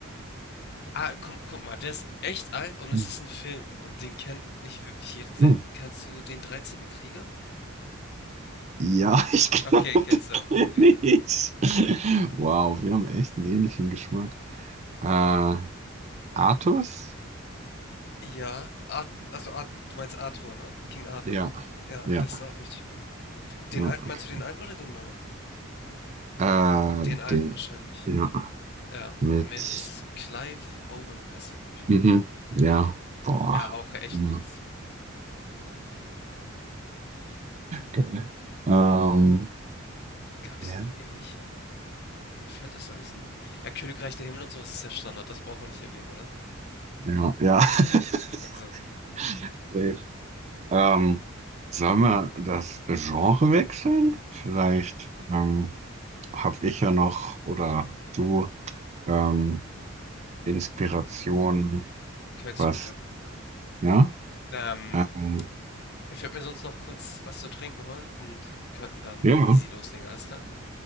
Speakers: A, on the left; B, on the right.
A: Ah, guck guck mal, der ist echt alt und es
B: mhm.
A: ist ein Film und den kennt nicht wirklich jeder. Der
B: Hm.
A: kennst du den 13. Krieger?
B: Ja, <laughs> ich glaube,
A: Okay, kennst
B: den
A: du
B: kenne
A: auch, okay.
B: ich. Wow, wir haben echt einen ähnlichen Geschmack. Äh, Artus?
A: Ja, Art also Art du meinst Arthur, ne? King Arthur.
B: Ja,
A: Ja,
B: ja.
A: das ist auch richtig gut. Den
B: Ja,
A: alten
B: okay.
A: meinst du den alten oder den neuen?
B: Äh,
A: Den alten
B: den,
A: wahrscheinlich.
B: ja,
A: Ja,
B: mit,
A: mit Clive Owen heißt er, glaube ich, oder?
B: mhm,
A: Ja.
B: ja, boah,
A: Ja, auch echt
B: mhm.
A: gut.
B: Geil. Ähm,
A: Gab's
B: ja,
A: noch ähnliche? Äh, mir fällt das alles nur ja, Königreich der Himmel und so, ist ja Standard, das braucht man nicht erwähnen, oder?
B: ja, ja.
A: Genau.
B: <laughs>
A: Also,
B: Safe. Ähm, sollen wir das Genre wechseln? Vielleicht ähm, habe ich ja noch oder du ähm, Inspiration,
A: hört
B: was,
A: sich gut an.
B: ja?
A: Ähm,
B: Ähm,
A: ich würde mir sonst noch kurz was zu trinken holen und könnten dann
B: ja,
A: easy loslegen, alles klar?